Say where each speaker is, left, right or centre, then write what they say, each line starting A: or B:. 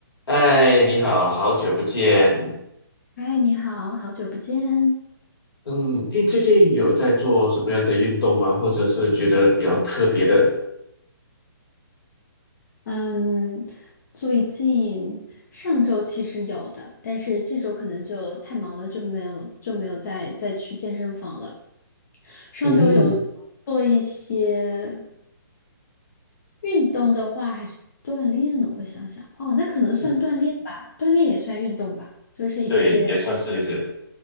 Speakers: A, on the left; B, on the left.
A: 哎，你好，好久不见。
B: 嗨，你好，好久不见。
A: 嗯，诶，最近有在做什么样的运动吗？或者是觉得比较特别的？
B: 嗯，最近上周其实有的，但是这周可能就太忙了，就没有就没有再再去健身房了。上周有做一些
A: 嗯，
B: 运动的话，还是锻炼呢？我想想，哦，那可能算锻炼吧，
A: <laughs> 就是
B: 锻炼也算运动吧，就是一些
A: 对，也算是是。
B: <laughs>